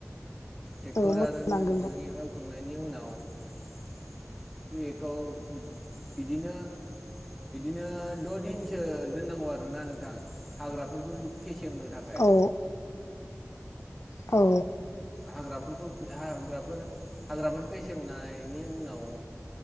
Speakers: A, in the centre; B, on the left (about 75°).
A: ट्रेक्टर
B: औ मोजां
A: आरो मोसौजों
B: नांदों दा
A: एवखांनायनि उनाव थिख बेखौ बिदिनो बिदिनो द दिनसो दोननांगौ आरोना नोंथां हाग्राफोरखौ फेसेवनो थाखाय
B: औ औ
A: हाग्राफोरखौ हाग्राफोर हाग्राफोर फेसेवनायनि उनाव